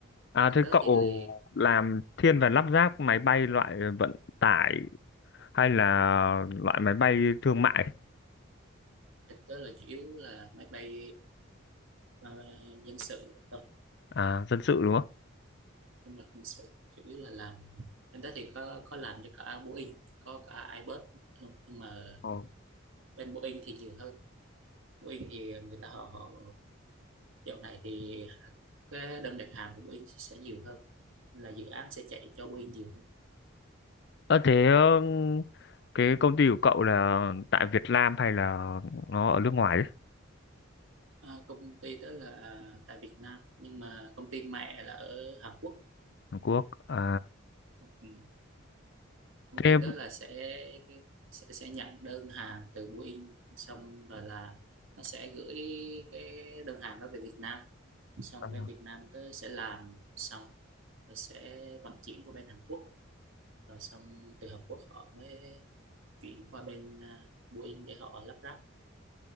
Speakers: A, on the left; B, on the right.
A: à
B: Bên
A: thế
B: tớ
A: cậu
B: thì là
A: làm thiên về lắp ráp máy bay loại vận tải hay là loại máy bay thương mại
B: bên tớ là chủ yếu là máy bay à, dân sự
A: à, dân sự đúng không?
B: nhưng mà hình sự chủ yếu là làm bên đó thì có có làm cho cả Boeing có cả Airbus Ừ, nhưng mà
A: Ờ,
B: bên Boeing thì nhiều hơn Boeing thì người ta họ họ dạo này thì cái đơn đặt hàng của Boeing sẽ nhiều hơn là dự án sẽ chạy cho Boeing nhiều hơn
A: Ờ thế ờ, cái công ty của cậu là tại Việt Nam hay là nó ở nước ngoài ấy?
B: à, công ty đó là tại Việt Nam nhưng mà công ty mẹ là ở Hàn Quốc
A: Hàn Quốc à,
B: Ừ, công
A: thế
B: ty đó là sẽ sẽ sẽ nhận đơn hàng từ Boeing xong rồi là nó sẽ gửi cái đơn hàng đó về Việt Nam xong
A: ờ.
B: bên Việt Nam tớ sẽ làm xong rồi sẽ vận chuyển qua bên Hàn Quốc rồi xong từ Hàn Quốc họ mới chuyển qua bên à, Boeing để họ lắp ráp